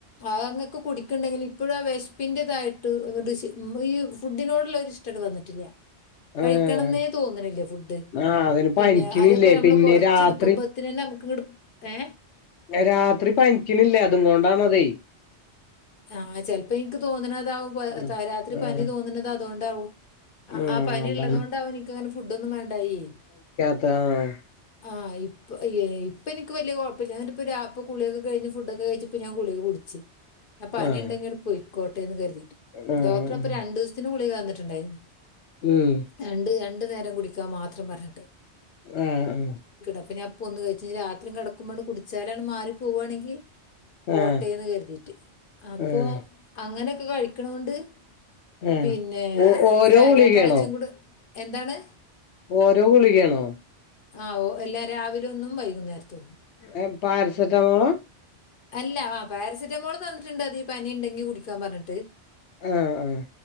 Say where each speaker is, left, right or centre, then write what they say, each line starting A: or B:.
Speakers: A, on the left; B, on the left.
A: ആ അങ്ങൊക്കെ കുടിക്ക്ണ്ടെങ്കിൽ ഇപ്പഴും ആ വെഷ്പ്പിൻ്റെതായ്ട്ട് ഈ ഫുഡിനോടുള്ളൊരിഷ്ടാണ്ട് വന്നിട്ടില്ല കഴിക്കണംന്നേ
B: ആഹ്
A: തോന്ന്ണില്ല ഫുഡ്
B: ആഹ് അതിന്
A: പിന്നെ
B: പനിക്കണില്ലേ
A: അതേപോലെ അമ്മള്
B: പിന്നെ
A: കൊറ്ച്ച്ട്ക്കുമ്പോത്ത്
B: രാത്രി
A: ത്തന്നെ നമുക്ക്ങ്ങട്ട് ഏ
B: രാത്രി പനിക്കിണ്ല്ലേ അതും കൊണ്ടാണതേ
A: ആ ചെലപ്പോ എനിക്ക് തോന്നണതാവും
B: ഉം
A: രാത്രി പനി
B: ആഹ്
A: തോന്നണുന്നത് അതൊണ്ടാവും ആ
B: ആഹ്
A: ആ പനി
B: അതാണ്
A: ഉള്ളതൊണ്ടാവ എനക്ക് അങ്ങനെ ഫുഡ ഒന്നും വേണ്ടായേ
B: താ
A: ആഹ് ഇപ്പ ഇപ്പൊ ന് ൻക്ക് വല്യ കുഴപ്പല്ല ങ്ങട്ട്പ്പോ രാ പ്പോ കുളൊക്കെ കഴ്ഞ്ഞ് ഫുഡ്ക്കെ കഴിച്ച് പ്പോ ഞാ ഗുളിക കുട്ച്ച് ആ പനിണ്ടെങ്കി
B: ആഹ്
A: ങ്ങട്ട് പോയി കോട്ടേന്ന് കരുതീട്ട്
B: ആഹ്
A: ഡോക്ടർ അപ്പൊ രണ്ടൂസത്തിന് ഗുളിക തന്ന്ട്ട്ണ്ടാര്ന്നു
B: ഉം
A: രണ്ട് രണ്ടു നേരം കുടിക്കാൻ മാത്രം പറഞ്ഞ്ട്ട്
B: ഏ ഉം
A: അപ്പം ഞാപ്പൊന്ന് കഴിച്ച് രാത്രി കെടക്കുമ്പണ്ട് കുടിച്ചാലാട്ട് മാറി പോവാണങ്കി പോട്ടേന്ന്
B: ആഹ്
A: കരുതിട്ട് അപ്പൊ
B: ആഹ്
A: അങ്ങനെക്കെ കഴിക്ക്ണോണ്ട്
B: ആഹ്
A: പിന്നെ
B: ഓ ഓരോ
A: ഏ
B: ഗുളികയാണോ
A: രണ്ടാഴ്ച്ചം കൂടെ എന്താണ്
B: ഓരോ ഗുളികേണോ
A: ആ ഓ അല്ല രാവിലെ ന്നും വൈകുന്നേരത്തൊന്നും
B: ഏ പാരസറ്റമോളാ
A: അല്ല ആ പാരസെറ്റാമോൾ തന്നിട്ട്ണ്ട് അതി പനി ണ്ടെങ്കി കുടിക്കാ പറഞ്ഞിട്ട്
B: ആഹ് ആഹ്